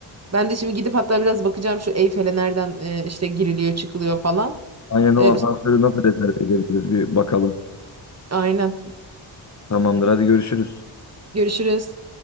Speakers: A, on the right; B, on the left.
A: Ben de şimdi gidip hatta biraz bakacağım şu Eyfel'e nereden e, işte giriliyor çıkılıyor falan.
B: Aynen o
A: E,
B: asansörü nasıl rezerve edebiliriz bir bakalım.
A: aynen.
B: Tamamdır hadi görüşürüz.
A: Görüşürüz.